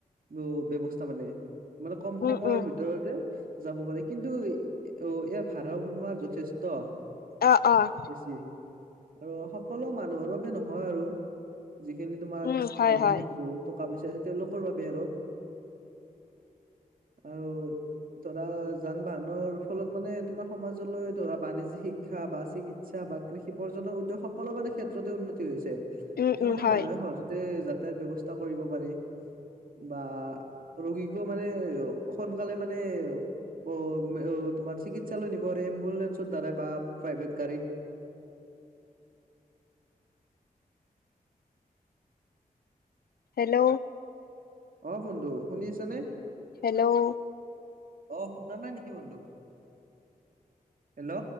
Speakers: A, on the right (about 65°); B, on the left (about 80°).
A: উ ব্যৱস্থা মানে। মানে কম
B: উম
A: সময়ৰ
B: উম
A: ভিতৰতে যাব পাৰে, কিন্তু অ ইয়াৰ ভাড়া তোমাৰ য থেষ্ট।
B: অ অঁ।
A: বেছি আৰু সকলো মানুহৰ বাবে নহয় আৰু। যিখিনি তোমাৰ
B: উম হয়
A: ধনী
B: হয়
A: বহুত টকা পইচা আছে তেওঁলোকৰ বাবে আৰু। আৰু ধৰা যান বাহনৰ ফলত মানে তোমাৰ সমাজলৈ ধৰা বাণিজ্যিক শিক্ষা বা চিকিৎসা বা কৃষি প্ৰজনৰ উদ্যোগ সকলো মানে ক্ষেত্ৰতে উন্নতি হৈছে।
B: উম উম
A: মানে
B: হয়
A: মানুহে সহজতে যাতায়ত ব্যৱস্থা কৰিব পাৰি বা ৰোগীকো মানে সোনকালে মানে অ তোমাৰ চিকিৎসালয় নিবৰে এম্বুলেন্ঞ্চৰ দ্বাৰা বা প্ৰাইভেট গাড়ীত।
B: হেল্ল'।
A: অ বন্ধু শুনি আছা নে।
B: হেল্ল'।
A: অ শুনা নাই নেকি বন্ধু হেল্ল'?